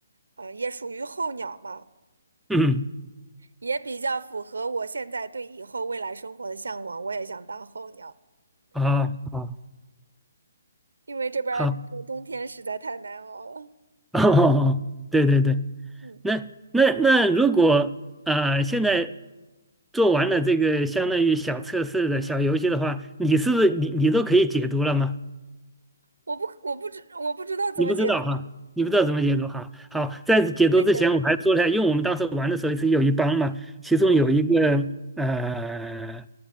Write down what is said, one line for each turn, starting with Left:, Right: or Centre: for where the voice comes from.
Right: 呃，也属于候鸟嘛。
Centre: 嗯
Right: 也比较符合我现在对以后未来生活的向往。我也想当候鸟，
Centre: 啊啊
Right: 因为这边儿过冬天实在太难熬了。
Centre: 好，<laughs> 哦，对对对，
Right: 嗯，
Centre: 那那那如果呃现在做完了这个相当于小测试的小游戏的话，你是不是你你都可以解读了吗？
Right: 我不，我不知，我不知道怎么解读。
Centre: 你不知道哈，你不知道怎么解读哈。
Right: 嗯
Centre: 好，
Right: 嗯，
Centre: 在解读之前我还说了一下因为我们当时玩的时候是有一帮嘛，
Right: 你会解读？
Centre: 其中有一个呃
Right: 嗯，